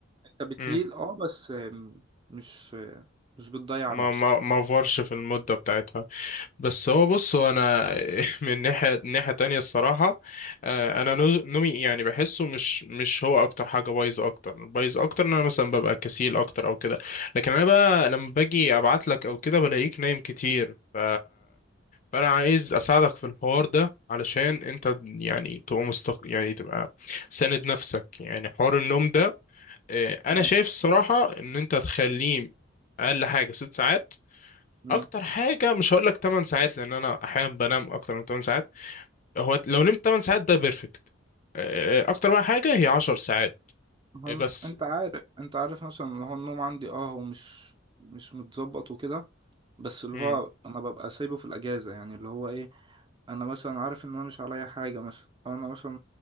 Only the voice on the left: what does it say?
مم.
ما
ما ما فورش في المدة بتاعتها بس هو بص هو انا <laughs> من ناحية ناحية تانية الصراحة آه، انا نوز- نومي يعني بحسه مش مش هو اكتر حاجة بايظة اكتر بايظ اكتر ان انا مثلا ببقى كسيل اكتر او كده لكن انا بقى لما باجي ابعت لك او كده بلاقيك نايم كتير ف فانا عايز اساعدك في الحوار ده علشان انت يعني تبقى مستق... يعني تبقى ساند نفسك يعني حوار النوم ده آه، انا
شايف الصراحه ان انت تخليه اقل حاجه ست ساعات
اكتر حاجه مش هقول لك 8 ساعات لان انا احيانا بنام اكتر من 8 ساعات هو لو نمت 8 ساعات ده بيرفكت آه، آه، اكتر بقى حاجه هي 10 ساعات
آه، بس
امم